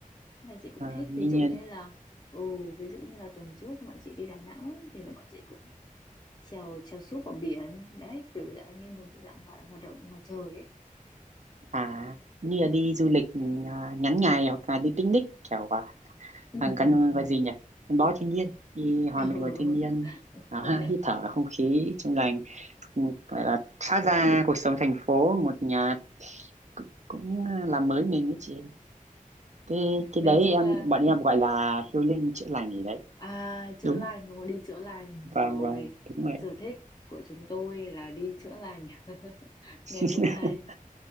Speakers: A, on the left; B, on the right.
A: Thế là chị cũng
B: Ờ,
A: thích
B: như
A: ví dụ
B: như
A: như là ừ, ví dụ như là tuần trước thì bọn chị đi Đà Nẵng thì là bọn chị cũng trèo trèo súp ở biển đấy kiểu dạng như một dạng hoạt, hoạt động ngoài trời ấy
B: à như là đi du lịch ừm, à, ngắn ngày hoặc là đi picnic kiểu ờ,
A: ừ
B: thằng căn
A: ừ ừ
B: gọi gì nhỉ gắn bó thiên nhiên đi hòa
A: Ừ,
B: mình với thiên nhiên
A: <laughs>
B: Đó,
A: công nhận
B: hít thở không khí trong lành Ừ, gọi là thoát ra cuộc sống thành phố một nhà cũng, cũng làm mới mình ấy chị cái cái
A: nói
B: đấy
A: chung
B: em
A: là
B: bọn em gọi là healing chữa lành gì đấy
A: à chữa
B: đúng
A: lành mà đi chữa lành
B: vâng
A: rồi
B: vâng đúng vậy
A: sở thích của chúng tôi là đi chữa lành <laughs> nghe
B: <laughs>
A: cũng hay